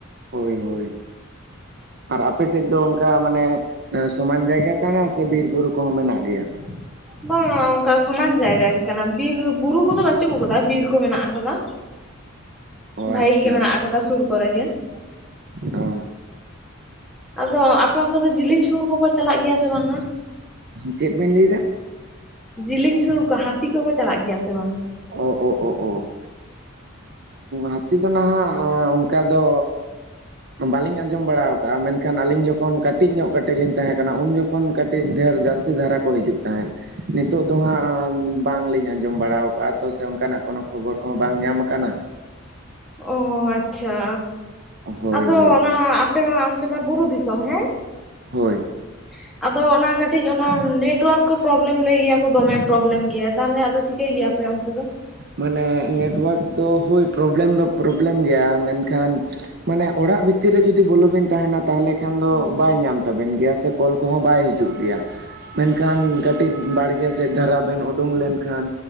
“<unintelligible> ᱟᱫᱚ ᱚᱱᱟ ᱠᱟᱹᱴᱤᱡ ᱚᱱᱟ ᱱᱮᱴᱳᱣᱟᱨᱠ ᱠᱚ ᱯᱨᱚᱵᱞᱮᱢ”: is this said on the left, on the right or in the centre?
Centre